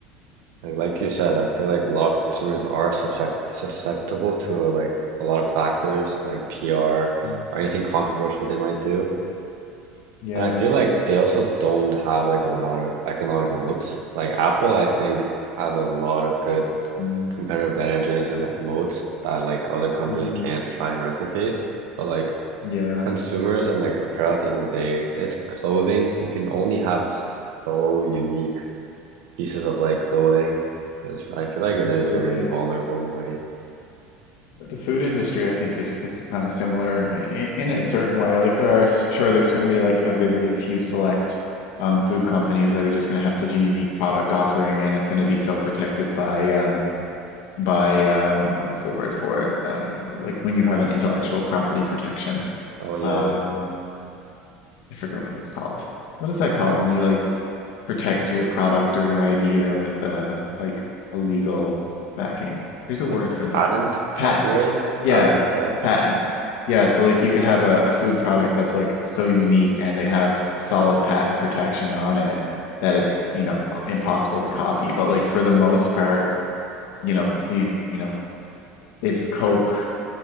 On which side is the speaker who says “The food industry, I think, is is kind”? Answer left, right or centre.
Left